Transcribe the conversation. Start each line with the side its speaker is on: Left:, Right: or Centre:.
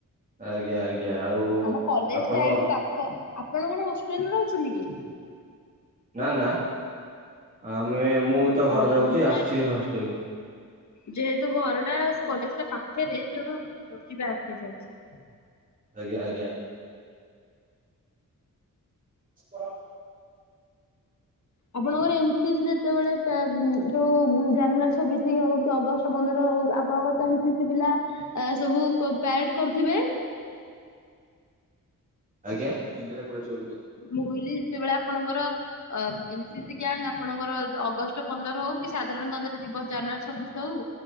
Right: ଆଜ୍ଞା ଆଜ୍ଞା। ଆଉ
Left: ଆମ କଲେଜଟା
Right: ଆପଣଙ୍କ
Left: ଏଇଠୁ ପାଖ ଆପଣ କଣ ହୋଷ୍ଟେଲରେ ରହୁଛନ୍ତି କି?
Right: ନା ନା ଆମେ ମୁଁ ତ
Left: ଅ
Right: ଘରେ ରହୁଛି
Left: ମୁଁ
Right: ଆସିଛି
Left: ନା
Right: ହଷ୍ଟେଲକୁ।
Left: ଯେହେତୁ ଘରଟା କଲେଜଟା ପାଖରେ ତେଣୁ ଯିବା ଆସିବା ଚାଲିଛି।
Right: ଆଜ୍ଞା ଆଜ୍ଞା। ସ୍ପ।
Left: ଆପଣଙ୍କର ଏ ନ୍ ସି ସି ଯେତେବେଳେପ୍ଯା ଯୋଉ ଜାନୁଆରୀ ଛବିଶି ହୋଉ କି ଅଗଷ୍ଟ ଆପଣଙ୍କର ଓ ଆପଣ ତ ଏ ନ୍ ସି ସି ପିଲା ସବୁ ପ୍ୟାରେଡ୍ କରୁଥିବେ?
Right: ଆଜ୍ଞା। କେନ୍ଦ୍ରାପଡ଼ା ଯିବା ବୁଲି।
Left: ମୁଁ ଭୁଲି ଯେତେବେଳେ ଆପଣଙ୍କର ଅ ଏମ ସି ସି ଗ୍ୟାଙ୍ଗ ଆପଣଙ୍କର ଅଗଷ୍ଟ ପନ୍ଦର ହୋଉ କି ସାଧାରଣତନ୍ତ୍ର ଦିବସ ଜାନୁଆରୀ ଛବିଶି ହୋଉ